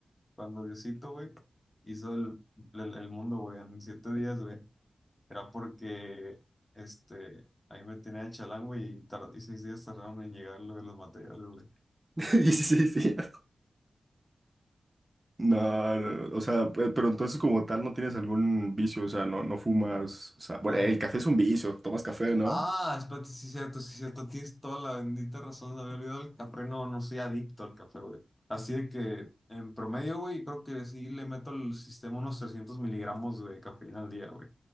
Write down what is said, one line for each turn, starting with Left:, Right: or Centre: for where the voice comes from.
Left: cuando Diosito, güey, hizo el, el el mundo, güey, en siete días, güey. Era porque este, ahí me tenía de chalango y, tar- y seis días tardaron en llegar lo de los materiales, güey.
Right: Sí, sí, sí. <laughs> No, no, o sea, pe- pero entonces como tal no tienes algún vicio, o sea, no, no fumas, o sea, bueno,
Left: No.
Right: el café es un vicio, tomas café, ¿no?
Left: Ah, espérate, sí, cierto, sí, cierto. Tienes toda la bendita razón. Me había olvidado el café. No, no soy adicto al café, güey. Así de que en promedio, güey, creo que sí le meto al sistema unos 300 miligramos de cafeína al día, güey.